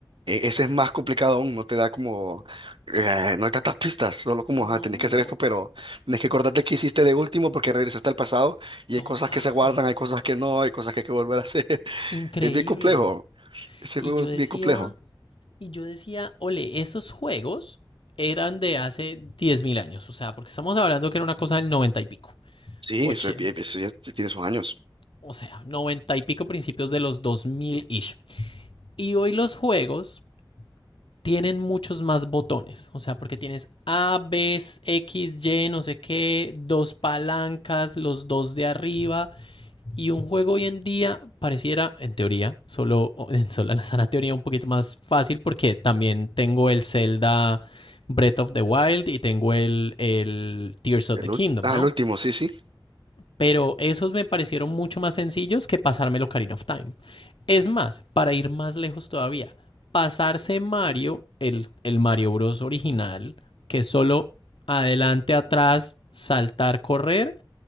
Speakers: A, on the right; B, on the left.
A: e- ese es más complicado aún, no te da como, eh, no hay tantas pistas, solo como,
B: No,
A: ah, tenés que hacer esto, pero tenés que acordarte qué hiciste de último porque regresaste al pasado y
B: total,
A: hay cosas que se guardan, hay cosas que no, hay cosas que hay que volver a <laughs> hacer.
B: increíble.
A: Es bien complejo. Ese
B: Y
A: juego
B: yo
A: es
B: decía,
A: bien complejo.
B: Y yo decía, ole, esos juegos eran de hace 10.000 años, o sea, porque estamos hablando que era una cosa del 90 y pico,
A: Sí,
B: oche-
A: eso, es bien- eso ya tiene sus años.
B: o sea, 90 y pico principios de los dos mil ish Y hoy los juegos tienen muchos más botones, o sea, porque tienes A, B, X, Y, no sé qué, dos palancas, los dos de arriba, Y un juego hoy en día pareciera, en teoría, solo en sola la sana teoría, un poquito más fácil porque también tengo el Zelda Breath of the Wild y tengo el, el Tears of
A: El,
B: the Kingdom,
A: ul- ah,
B: ¿no?
A: el último, sí, sí.
B: Pero esos me parecieron mucho más sencillos que pasarme el Ocarina of Time. Es más, para ir más lejos todavía, pasarse Mario, el, el Mario Bros original, que es solo adelante, atrás, saltar, correr